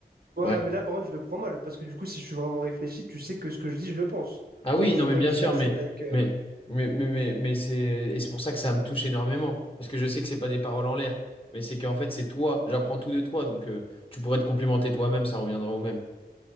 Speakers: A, on the right; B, on the left.
A: Ouais,
B: Bref.
A: mais là, par contre, je le prends mal parce que du coup, si je suis vraiment réfléchi, tu sais que ce que je dis, je le pense.
B: Ah oui,
A: Donc, faudrait
B: non, mais bien
A: que tu
B: sûr,
A: l'acceptes
B: mais,
A: avec. euh,
B: mais, mais, mais, mais, mais c'est. Et c'est pour ça que ça me touche énormément. Parce que je sais que c'est pas des paroles en l'air. Mais c'est qu'en fait, c'est toi. J'apprends tout de toi. Donc euh, tu pourrais te complimenter toi-même, ça reviendra au même.